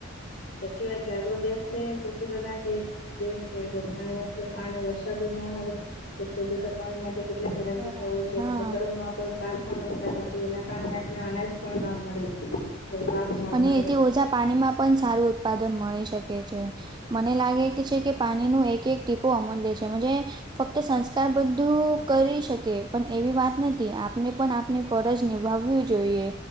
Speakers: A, on the left (about 85°); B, on the right (about 20°).
A: સાચી વાત છે આપો દેશ છે, પૃપ્રધાન દેશ દેશ છે જો પાણી આપડ પાણી વરસાદી ના આવે તો ખેડૂતો પાણી માટે કેટલા
B: બરાબર
A: થતા હો
B: છે.
A: જોઈએ,
B: હા
A: કોઈ પાક પણતા નથી એના કારણે આપને અનાજ પણના મળે. કોઈ પાક ન
B: અને
A: મળે
B: એથી ઓછા પાણીમાં પણ સારું ઉત્પાદન મળી શકે છે, મને લાગે છે કે પાણી ન એક એક ટીપો અમૂલ્ય છે. ફક્ત સંસ્કાર બધું કરી શકે પણ એવી વાત નથી, આપને પણ ની ફરજ નિભાવવી જોઈએ.